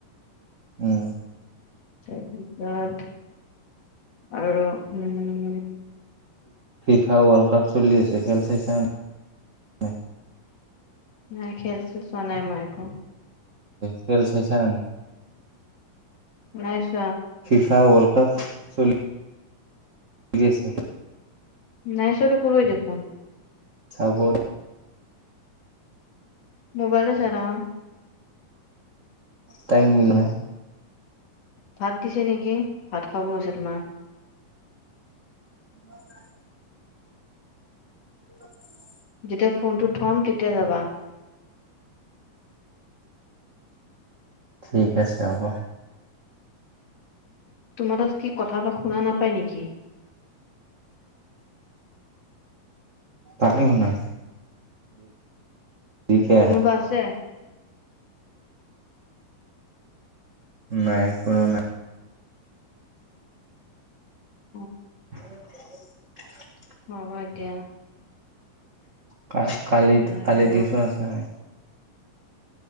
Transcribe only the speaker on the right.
উম্।
ফিফা ৱৰ্ল্ড কাপ চলি আছে খেল চাইছানে নাই <inaudible>
খেল চাইচানে নাই।
ফিফা ৱৰৰ্ল্ড কাপ চলি চলি আছে।
চাব
টাইম মিলা নাই।
<inaudible> <inaudible>
ঠিক আছে হ'ব।
পাই শুনা। দেৰিকে
আহে।
নাই, কোনো নাই।
<inaudible>
কা কালি -
কালি টিউচন আছে নে নাই।